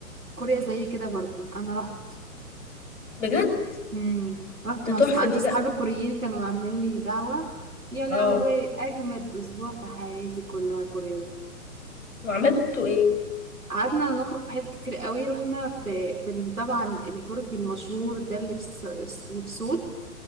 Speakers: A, on the right; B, on the left.
A: كوريا زي كده برضو انا رحت
B: بجد
A: مم. رحت
B: ده
A: مصر
B: تحفه
A: عند
B: دي
A: اصحابي
B: بقى
A: الكوريين كانوا عاملين لي دعوه يا لهوي
B: اه
A: اجمد اسبوع في حياتي كلها كوريا ده
B: وعملتوا ايه
A: قعدنا نخرج في حاجات كتير قوي رحنا في, في ال- طبعا البرج المشهور ده اللي في, الس- اللي في سول